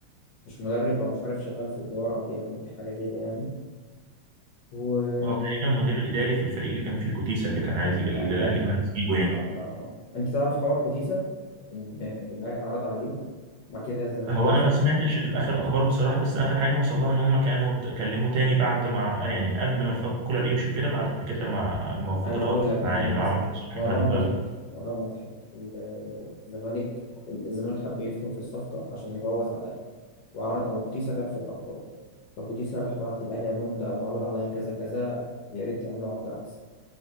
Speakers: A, on the left; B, on the right.
A: مش مدرب أو مش عارف شغال في الإدارة بيعمل حاجة كده يعني و
B: هو تقريبا مدير الاداري في الفريق اللي كان فيه كوتيسا اللي كان عايز يجي اللي
A: آه،
B: الاهلي كان عايز يجيبه
A: آه
B: يعني
A: آه آه. انت تعرف حوار كوتيسا ان الاهلي عرض عليه وبعد كده الزمالك
B: هو
A: دخل
B: انا ما سمعتش الاخر اخبار بصراحه بس اخر حاجه نوصل لها ان هم كانوا ت- كلموه تاني بعد ما يعني قبل ما الف- كولر يمشي كده بعد كده ما المفاوضات
A: انا هقول
B: وقفت
A: لك
B: معاه
A: انا اللي
B: يعني ما
A: حصل
B: اعرفش
A: إيه؟
B: حاجه
A: موضوع
B: بعد كده
A: مضحك
B: لا
A: موضوع مضحك ال- ال- الزمالك الزمالك حب يدخل في الصفقه عشان يبوظ على الاهلي وعرض على كوتيسا ضعف الارقام فكوتيسا راح بعت للاهلي قال لهم ده معروض عليا كذا كذا يا ريت تعملوا عرض احسن